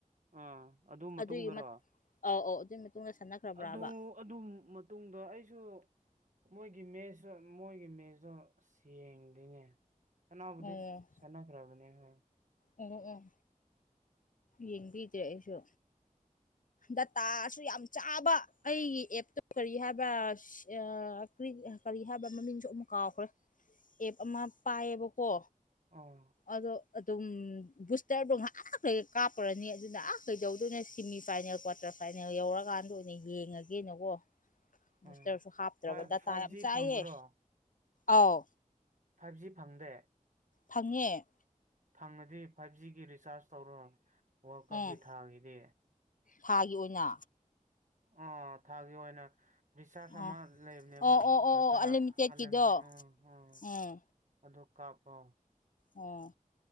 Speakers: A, on the right (about 60°); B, on the left (about 70°).
A: ꯑꯥ ꯑꯗꯨ ꯃꯇꯨꯡꯗꯔꯣ
B: ꯑꯗꯨꯒꯤ ꯑꯧ ꯑꯧ ꯑꯗꯨꯒꯤ ꯃꯇꯨꯡꯗ ꯁꯥꯟꯅꯈ꯭ꯔꯕ꯭ꯔꯕ
A: ꯑꯗꯨ ꯑꯗꯨ ꯃꯇꯨꯡꯗ ꯑꯩꯁꯨ ꯃꯣꯏꯒꯤ ꯃꯦꯁꯁꯨ ꯃꯣꯏꯒꯤ ꯃꯦꯁꯇꯣ ꯑꯁ ꯌꯦꯡꯗꯦꯅꯦ ꯁꯅꯥꯕꯗꯤ
B: ꯑꯣ
A: ꯁꯥꯟꯅꯥ ꯗꯔꯕꯅꯦꯕ
B: ꯑꯣ ꯑꯣ ꯌꯦꯡꯕꯤꯗꯔꯦ ꯑꯩꯁꯨ ꯗꯇꯥꯁꯨ ꯌꯥꯝ ꯆꯥꯕ ꯑꯩꯒꯤ ꯑꯦꯞꯇꯨ ꯀꯔꯤ ꯍꯥꯏꯕꯔꯥ ꯑꯌꯥ ꯀ꯭ꯔꯤ ꯀꯔꯤ ꯍꯥꯏꯕ ꯃꯃꯤꯡꯁꯨ ꯑꯃꯨꯛ ꯀꯥꯎꯈ꯭ꯔꯦ ꯑꯦꯞ ꯑꯃ ꯄꯥꯏꯌꯦꯕꯀꯣ
A: ꯑ
B: ꯑꯗꯣ ꯑꯗꯨꯝ ꯕꯨꯁꯇꯔꯗꯣ ꯉꯍꯥꯛ ꯂꯩ ꯀꯥꯞꯈꯔꯅꯤ ꯑꯗꯨꯗ ꯑꯥ ꯀꯩꯗꯧꯗꯣꯏꯅꯣ ꯁꯤꯃꯤ ꯐꯥꯏꯅꯦꯜ ꯀ꯭ꯋꯥꯇꯔ ꯐꯥꯏꯅꯦꯜ ꯌꯧꯔꯀꯥꯟꯗ ꯑꯣꯏꯅ ꯌꯦꯡꯉꯒꯦꯅꯀꯣ ꯕꯨꯁꯇꯔꯁꯨ
A: ꯑꯥ
B: ꯍꯥꯞꯇ꯭ꯔꯕ
A: ꯐꯥꯏꯚ
B: ꯗꯥꯇꯥ
A: ꯐꯥꯏꯚ
B: ꯌꯥꯝ
A: ꯖꯤ
B: ꯆꯥꯏꯌꯦ
A: ꯐꯪꯕꯔꯣ
B: ꯑꯥꯎ
A: ꯐꯥꯏꯕ ꯖꯤ ꯐꯪꯗꯦ
B: ꯐꯪꯉꯦ
A: ꯐꯪꯉꯗꯤ ꯐꯥꯏꯚ ꯖꯤꯒꯤ ꯔꯤꯆꯥꯔꯖ ꯇꯧꯔꯣ ꯋꯥꯔꯜ
B: ꯎꯝ
A: ꯀꯞꯀꯤ ꯊꯥꯡꯉꯤꯗꯤ
B: ꯊꯥꯒꯤ ꯑꯣꯏꯅ
A: ꯑ ꯊꯥꯒꯤ ꯑꯣꯏꯅ ꯔꯤꯆꯥꯔꯖ
B: ꯑꯥ
A: ꯑꯃ ꯂꯩꯕꯅꯦꯕ
B: ꯑꯣ ꯑꯣ ꯑꯣ
A: ꯗꯥꯇꯥ
B: ꯑꯣ ꯑꯟꯂꯤꯃꯤꯇꯦꯠꯀꯤꯗꯣ
A: ꯑꯜꯂꯅꯦ ꯑꯝ ꯑꯝ
B: ꯎꯝ
A: ꯑꯗꯨ ꯀꯥꯞꯄꯣ
B: ꯑꯣ